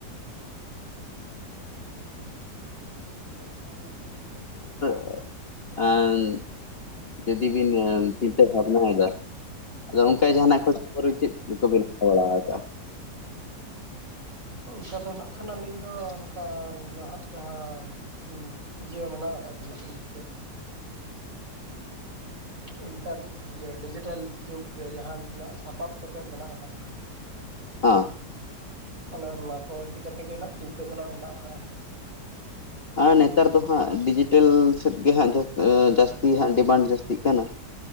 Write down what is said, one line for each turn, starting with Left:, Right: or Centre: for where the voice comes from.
Right: ᱠᱷᱩᱵ
Left: ᱟᱜ ᱟᱸᱱ ᱡᱩᱫᱤ ᱵᱤᱱ ᱚᱸ ᱪᱤᱱᱛᱟᱹ ᱵᱷᱟᱵᱽᱱᱟ ᱭᱮᱫᱟ ᱟᱫᱚ ᱚᱱᱠᱟ ᱡᱟᱦᱟ ᱱᱟᱜ ᱠᱷᱚᱡᱽ ᱠᱷᱳᱵᱳᱨ ᱪᱮᱫ ᱠᱚᱵᱤᱱ ᱦᱟᱛᱟ ᱵᱟᱲᱟ ᱟᱠᱟᱜᱼᱟ
Right: ᱚᱱᱠᱟ ᱛᱮ ᱱᱟᱜ ᱠᱷᱟᱱ ᱟᱞᱤᱧ ᱫᱚ ᱚᱱᱠᱟ ᱱᱟᱦᱟᱜ ᱡᱟᱦᱟᱸ ᱤ ᱤᱭᱟᱹ ᱢᱮᱱᱟᱜ ᱟᱠᱟᱫ ᱢᱮᱱᱟᱜᱼᱟ ᱮᱱᱛᱮᱜ ᱤᱱᱴᱚᱨᱱ ᱤᱭᱟᱹ ᱰᱤᱡᱤᱴᱮᱞ ᱡᱩᱜᱽ ᱨᱮ ᱡᱟᱦᱟᱸ ᱱᱟᱜ ᱥᱟᱯᱟᱵ ᱠᱚᱛᱮᱫ ᱢᱮᱱᱟᱜ ᱟᱠᱟᱫ ᱫᱚ
Left: ᱟᱸ
Right: ᱚᱱᱮ ᱚᱱᱟ ᱠᱚ ᱤᱫᱤ ᱠᱟᱛᱮᱜ ᱜᱮ ᱱᱟᱦᱟᱸᱜ ᱪᱤᱱᱛᱟᱹ ᱫᱚ ᱱᱟᱦᱟᱸᱜ ᱢᱮᱱᱟᱜ ᱟᱠᱟᱜᱼᱟ
Left: ᱟ ᱱᱮᱛᱟᱨ ᱫᱚ ᱦᱟᱸᱜ ᱰᱤᱡᱤᱴᱮᱞ ᱥᱮᱫ ᱜᱮ ᱦᱟᱸᱜ ᱡᱟ ᱚ ᱡᱟᱥᱛᱤ ᱦᱟᱸᱜ ᱰᱤᱢᱟᱱᱰ ᱡᱟᱹᱥᱛᱤᱜ ᱠᱟᱱᱟ